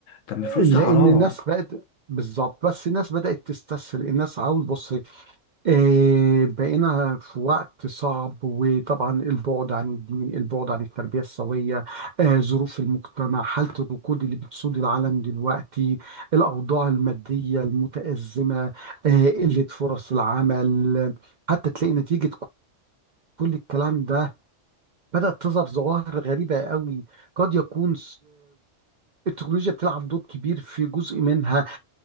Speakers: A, on the left; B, on the right.
A: طب ما الفلوس
B: لان
A: دي حرام
B: الناس بقت بالظبط بس الناس بدأت تستسهل الناس عاوز بص آه، بقينا في وقت صعب وطبعا البعد عن الدين البعد عن التربية السوية آه، ظروف المجتمع حالة الركود اللي بتسود العالم دلوقتي الأوضاع المادية المتأزمة آه، قلة فرص العمل حتى تلاقي نتيجة كل الكلام ده بدأت تظهر ظواهر غريبة قوي قد يكون التكنولوجيا بتلعب دور كبير في جزء منها